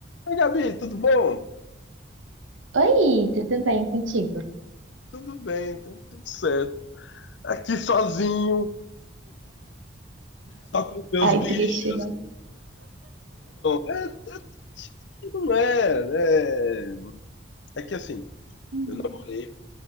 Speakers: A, on the left (about 70°); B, on the right (about 85°).
A: Oi, Gabi, tudo bom?
B: Oi, tudo bem contigo?
A: Tudo bem, então, tudo certo. Aqui sozinho, só com os meus
B: Ai,
A: bichos.
B: triste, né?
A: É, é triste, não é, é. É que assim,
B: Hum.
A: eu namorei,